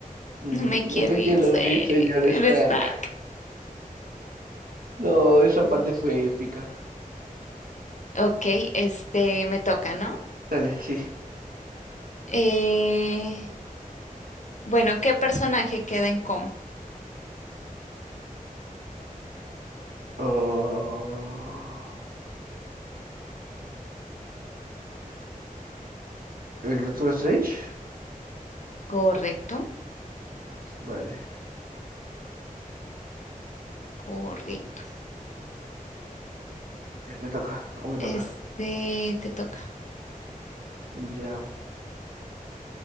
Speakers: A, on the right; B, on the left.
A: Ujú.
B: No me quiero
A: No me
B: ir,
A: quiero
B: sé,
A: ir, señor
B: eres
A: Stark.
B: tarde.
A: No, esa parte fue épica.
B: Ok, este me toca, ¿no?
A: Dale, sí.
B: Eh, bueno, ¿qué personaje queda en coma?
A: Oh, ¿El Doctor Strange?
B: Correcto,
A: Ok, Vale,
B: correcto.
A: ya te toca, o me
B: Este
A: toca.
B: te toca.
A: Ya.